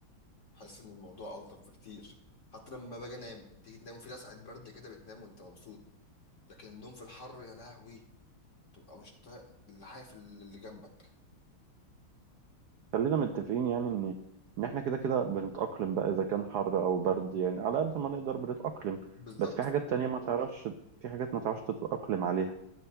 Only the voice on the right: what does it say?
خلينا متفقين يعني إن إن إحنا كده كده بنتأقلم بقى إذا كان حر أو برد يعني على قد ما نقدر بنتأقلم
بس في حاجات تانية ما تعرفش في حاجات ما تعرفش تتأقلم عليها